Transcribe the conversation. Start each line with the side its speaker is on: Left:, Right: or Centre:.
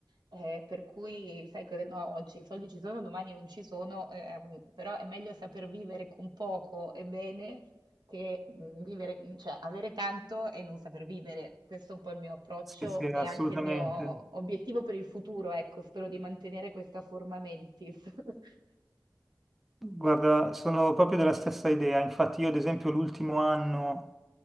Right: Eh, per cui, sai cosa? No, oggi i soldi ci sono, domani non ci sono, ehm, però è meglio saper vivere con poco e bene che mh, vivere, mh, cioè avere tanto e non saper vivere. Questo è un po' il mio approccio
Centre: sì, sì,
Right: e
Centre: assolutamente.
Right: anche il mio obiettivo per il futuro, ecco, spero di mantenere questa forma mentis. <laughs>
Centre: Guarda, sono proprio della stessa idea. Infatti, io, ad esempio, l'ultimo anno,